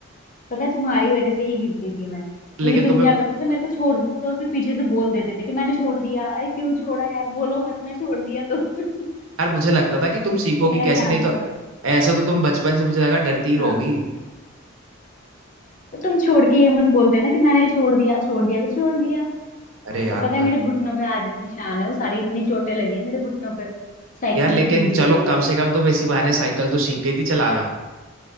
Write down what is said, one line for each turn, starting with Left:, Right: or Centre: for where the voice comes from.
Left: पता है तुम्हारी वजह से ही गिरती थी मैं क्योंकि
Right: लेकिन
Left: तुम
Right: तुम्हें
Left: क्या करते थे मेरे को छोड़ देते थे और फिर पीछे से बोल देते थे कि मैंने छोड़ दिया अरे क्यों छोड़ा यार बोलो मत मैं छोड़ दिया तो <laughs>
Right: यार मुझे लगता था कि तुम सीखोगी
Left: मेरा
Right: कैसे
Left: ध्यान
Right: नहीं तो
Left: सारा
Right: ऐसे तो तुम बचपन से मुझे लगा डरती ही रहोगी
Left: हाँ तो तुम छोड़ के ये मत बोल देना कि मैंने छोड़ दिया छोड़ दिया तो छोड़ दिया
Right: अरे यार
Left: तो पता है
Right: पर
Left: मेरे घुटनों पे आज भी निशान है वो सारी इतनी चोटें लगी है मेरे घुटनों पे साइकिल
Right: यार लेकिन
Left: से गिर गिर
Right: चलो
Left: के
Right: कम से कम तुम इसी बहाने साइकिल तो सीख गई थी चलाना